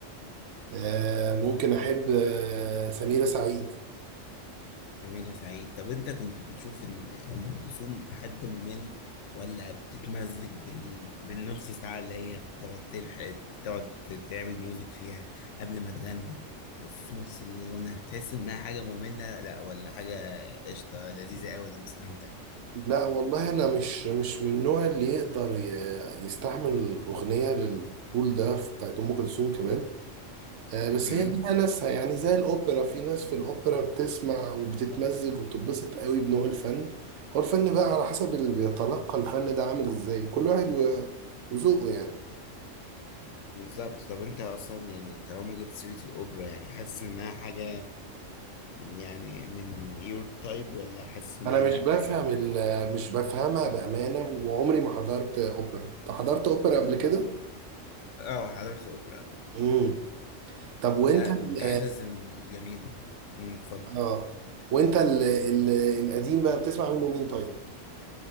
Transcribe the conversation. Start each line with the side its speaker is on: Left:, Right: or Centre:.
Right: آه ممكن احب آه سميرة سعيد
Left: سميرة سعيد طب انت كنت بتشوف ان ام كلثوم حد ممل ولا بتتمزج بال... بالنص ساعة اللي هي بتقعد تلحق تقعد تعمل ميوزك فيها قبل ما تغني في نص الغنى تحس انها حاجة مملة لا ولا حاجة قشطة لذيذة قوي انا مستمتع
Right: لا والله انا مش مش من النوع اللي يقدر ي- يستحمل اغنيه للطول ده بتاعت ام كلثوم كمان آه بس
Left: امم
Right: هي ليها ناسها يعني زي الاوبرا في ناس في الاوبرا بتسمع وبتتمزج وبتتبسط قوي بنوع الفن هو الفن بقى على حسب اللي بيتلقى الفن ده عامل ازاي كل واحد و- وذوقه يعني
Left: بالظبط طب انت اصلا يعني طالما جبت سيرة الاوبرا يعني حاسس انها حاجة يعني من يور تايب ولا حاسس انها
Right: انا مش
Left: لا
Right: بفهم
Left: يعني
Right: ال- مش بفهمها بامانه وعمري ما حضرت اوبرا انت حضرت اوبرا قبل كده
Left: اه حضرت اوبرا قبل كده.
Right: امم طب وانت
Left: لا كنت
Right: ال-
Left: حاسس ان جميلة امم اتفضل
Right: اه وانت ال... ال... القديم بقى بتسمع منه مين طيب